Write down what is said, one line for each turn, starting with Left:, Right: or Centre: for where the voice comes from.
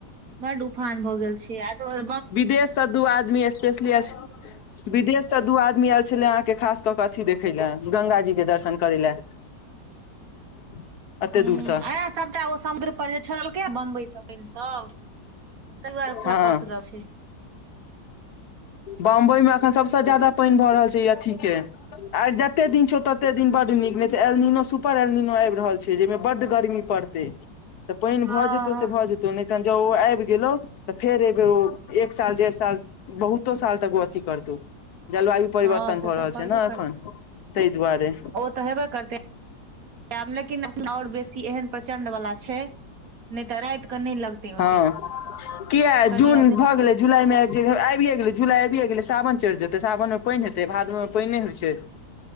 Right: बड़ उफान भऽ गेल छै किया दुहा
Left: विदेशसँ दू आदमी स्पेशली आयल छ‌नि। विदेशसँ दू आदमी आयल छलै अहाँकेँ खास कऽ अथी देखय लए गंगजीके दर्शन करै लए <inaudible>
Right: हे
Left: दूर से
Right: आ सभटा ओ समुद्रपर जे छोड़लकै बम्बइसँ प‌इनसभ तहिआर
Left: हँ
Right: प्रबल छैय
Left: बम्बई मे अखन सबस ज्यादा पानि भऽ रहल छैय इ अथी के एते दिन छौ ते दिन बड नीक ने ते एलनिनो सुपर एलनिनो आब रहल छैय जेहिमे बड गर्मी पड़तेय पानि
Right: हँ
Left: भऽ जेतौ से भऽ जेतौ नहि त जँ ओआइब गेलहु तऽ फेर एहिबेर ओ एक साल डेढ़ साल बहुतो साल तक ओ अथी करतौ। जलवायु परिवर्तन
Right: हँ से
Left: भऽ
Right: तऽ
Left: रहल
Right: पड़बे
Left: छै ने एखन ताहि दुआरे।
Right: त हेबे करतैब लेकिन आओर बेसी एहन प्रचंड वला छै नहि तऽ राति कऽ नहि लगतै ओतेक
Left: हा किया
Right: कनि
Left: जून
Right: आब
Left: भऽ गेल जुलाई जे आबिये गेलै जुलाई आबि गेलै सावन चढ़ि जेतैय सावन मे पानि हेते भादमे मे पानि नहि होइ छैय <inaudible>